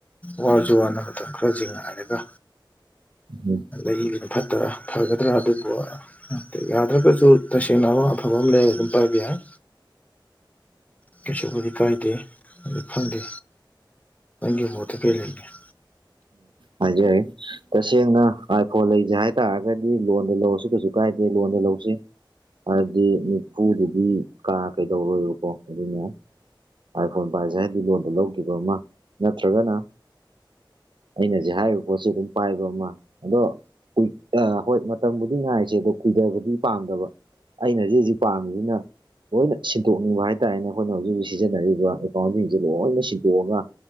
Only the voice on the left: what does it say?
ꯋꯥꯔꯁꯨ ꯋꯥꯅ ꯃꯇꯝ ꯈꯔꯁꯦ ꯉꯥꯏꯔꯒ
ꯂꯩꯕꯅ ꯐꯠꯇ꯭ꯔꯥ ꯐꯒꯗ꯭ꯔꯥ ꯑꯗꯨꯕꯨ ꯌꯥꯗ꯭ꯔꯒꯁꯨ ꯇꯁꯦꯡ ꯅ ꯑꯃ ꯑꯐꯕ ꯂꯩꯔ ꯑꯗꯨꯝ ꯄꯥꯢꯕ ꯌꯥꯢ ꯀꯩꯁꯨꯕꯨꯗꯤ ꯀꯥꯏꯗꯦ ꯈꯪꯗꯦ ꯃꯪꯒꯤ ꯃꯠꯇ ꯀꯦ ꯂꯩꯦ <inaudible>